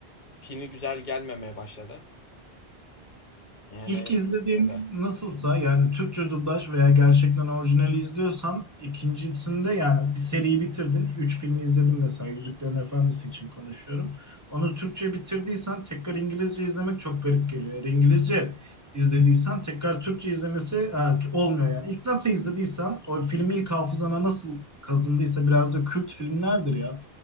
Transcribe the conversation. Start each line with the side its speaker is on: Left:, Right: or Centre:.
Left: Filmi güzel gelmemeye başladı. Yani
Right: İlk izlediğin
Left: öyle.
Right: nasılsa yani Türkçe dublaj veya gerçekten orijinali izliyorsan ikincisinde yani bir seriyi bitirdin. Üç filmi izledim mesela Yüzüklerin Efendisi için konuşuyorum. Onu Türkçe bitirdiysen tekrar İngilizce izlemek çok garip geliyor. Eğer İngilizce izlediysen tekrar Türkçe izlemesi ha, olmuyor yani. İlk nasıl izlediysen o filmi ilk hafızana nasıl kazındıysa biraz da kült filmlerdir ya.